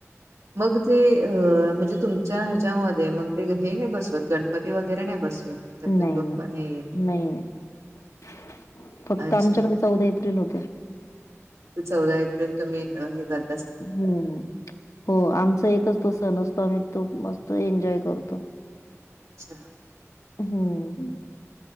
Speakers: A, on the right; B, on the left.
A: मग ते अ म्हणजे तुमच्या ह्याच्यामध्ये मग ते हे नाही बसवत गणपती वगैरे नाही बसवत. गणपती
B: नाही
A: बाप्पा
B: नाही
A: येत
B: नाही नाही फक्त
A: अच्छा
B: आमच्याकडे चौदा एप्रिल होत्या.
A: चौदा एप्रिल तुम्ही हे कर.
B: हम्म हो आमचा एकच तो सण असतो आम्ही तो मस्त एन्जॉय करतो.
A: अच्छा!
B: हम्म